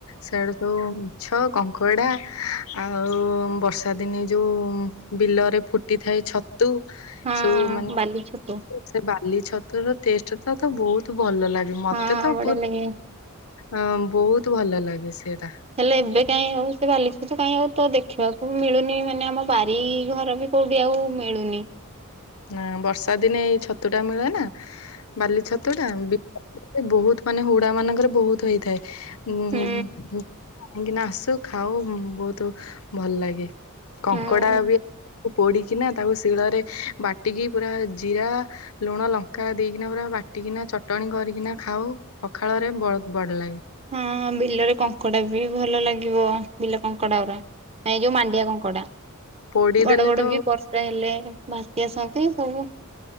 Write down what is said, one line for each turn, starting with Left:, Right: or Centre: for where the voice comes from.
Left: ସିଆଡେ ସବୁ <unintelligible> କଙ୍କଡା ଆଉ ବର୍ଷା ତା ଦିନେ ଯଉ ବିଲରେ ଫୁଟି ଥାଏ ଛତୁ
Right: ହଁ
Left: ସବୁ ମାନେ
Right: ବାଲି ଛତୁ
Left: ସେ ବାଲି ଛତୁର ଟେଷ୍ଟେ ଟା ତ ବହୁତ୍ ଭଲ ଲାଗେ ମତେ
Right: ହଁ
Left: ତ
Right: ବଢିଆ
Left: ପୁ
Right: ଲାଗେ।
Left: ହଁ ବହୁତ୍ ଭଲ ଲାଗେ ସେଇଟା।
Right: ହେଲେ ଏବେ କାଇଁ ଆଉ ସେ ବାଲି ଛତୁ କାଇଁ ଆଉ ତ ଦେଖିବାକୁ ମିଳୁନି ମାନେ ଆମ ବାରି ଘର ବି କଉ ବି ଆଉ ମିଳୁନି।
Left: ହାଁ ବର୍ଷା ଦିନେ ଏଇ ଛତୁ ଟା ମିଳେ ନା ବାଲି ଛତୁ ଟା ବି ବହୁତ୍ ମାନେ ହୁଡା ମାନଙ୍କରେ ବହୁତ୍ ହେଇଥାଏ ଉଁ
Right: ହୁଁ
Left: - କାହିଁକିନା ଆସୁ ଖାଉ ବହୁତ୍ ଭଲ୍ ଲାଗେ କଙ୍କଡା
Right: ହୁଁ।
Left: ବି ପୋଡିକିନା ତାକୁ ଶିଳରେ ବାଟିକି ପୁରା ଜିରା ଲୁଣ ଲଙ୍କା ଦେଇକିନା ପୁରା ବାଟିକିନା ଚଟଣି କରିକିନା ଖାଉ ପଖାଳ ରେ ବହୁତ ବଡ ଲାଗେ
Right: ହଁ ବିଲରେ କଙ୍କଡା ବି ଭଲ ଲାଗିବ ବିଲ କଙ୍କଡା ଏ ଯୋଉ ମାଣ୍ଡିଆ କଙ୍କଡା
Left: ପୋଡିଦେଲେ
Right: ବଡ ବଡ
Left: ତ
Right: ବି ପର ପା ହେଲେ ଭାସି ଆସନ୍ତି ସବୁ